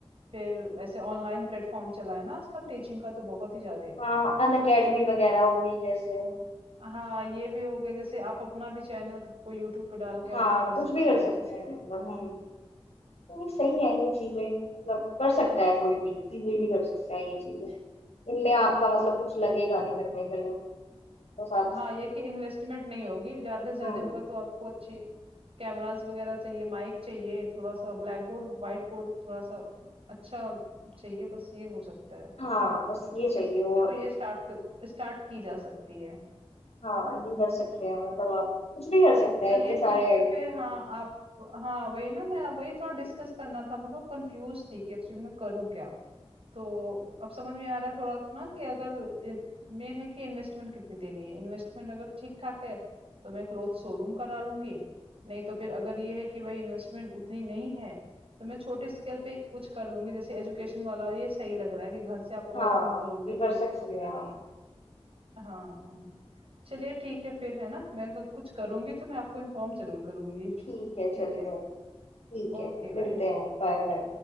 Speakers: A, on the right; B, on the left.
A: फिर ऐसे ऑनलाइन प्लेटफॉर्म चला है ना आजकल टीचिंग का तो बहुत ही ज्यादा
B: हाँ अनअकैडमी वगैरह होगी जैसे
A: हाँ ये भी हो गया जैसे आप अपना भी चैनल कोई यूट्यूब पे डाल के
B: हाँ
A: आप कर
B: कुछ
A: सकते
B: भी कर सकते
A: हो साइड
B: हैं मतलब
A: इनकम
B: हम्म ये सही है ये चीजें मतलब कर सकता है कोई भी इजीली कर सकता है ये चीजें इनमें आपका मतलब कुछ लगेगा नहीं करने के लिए बस आप
A: हाँ ये कि इन्वेस्टमेंट नहीं होगी ज्यादा से ज्यादा
B: हम्म
A: होगा तो आपको अच्छी कैमराज वगैरह चाहिए माइक चाहिए थोड़ा सा ब्लैक बोर्ड व्हाइट बोर्ड थोड़ा सा अच्छा चाहिए बस ये हो सकता है
B: हाँ बस ये
A: छोटे
B: चाहिए
A: स्केल
B: और
A: पे तो ये स्टार्ट स्टार्ट की जा सकती है
B: हाँ ये कर सकते हैं मतलब आप कुछ भी कर सकते हैं
A: चलिए
B: इतने सारे
A: ठीक
B: आइडिया
A: है फिर हाँ आप हाँ वही ना मैं वही थोड़ा डिस्कस करना था मैं थोड़ा कंफ्यूज थी कि एक्चुअली मैं करूँ क्या तो अब समझ में आ रहा है थोड़ा ना कि अगर मेन है कि इन्वेस्टमेंट कितनी देनी है इन्वेस्टमेंट अगर ठीक ठाक है तो मैं क्लोथ शोरूम करा लूंगी नहीं तो फिर अगर ये है कि भाई इन्वेस्टमेंट उतनी नहीं है तो मैं छोटे स्केल पे कुछ कर लूंगी जैसे एजुकेशन वाला ये सही लग रहा है कि घर से आप वर्किंग
B: हाँ
A: करोगे
B: ये कर
A: कोई
B: सकती
A: कुछ करना
B: हैं
A: नहीं
B: आप
A: है हाँ, हाँ। चलिए ठीक है फिर, है ना? मैं अगर कुछ करूँगी तो मैं आपको इन्फ़ॉर्म ज़रूर करूँगी।
B: ठीक है
A: ठीक
B: चलिए
A: है?
B: ठीक है
A: Okay, bye.
B: मिलते हैं बाय बाय